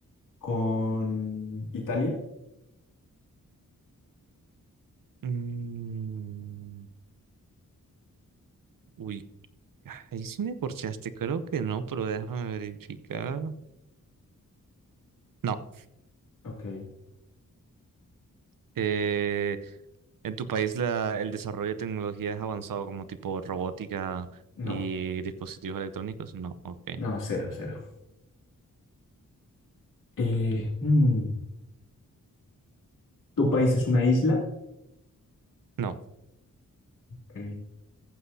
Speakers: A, on the left; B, on the right.
A: con Italia.
B: Mm, uy, ahí sí me corchaste, creo que no, pero déjame verificar. No,
A: Ok,
B: eh, en tu país la, el desarrollo de tecnología es avanzado como tipo robótica
A: no,
B: y dispositivos electrónicos. No, ok.
A: no, cero, cero. Eh, mm, tu país es una isla.
B: No,
A: Ok.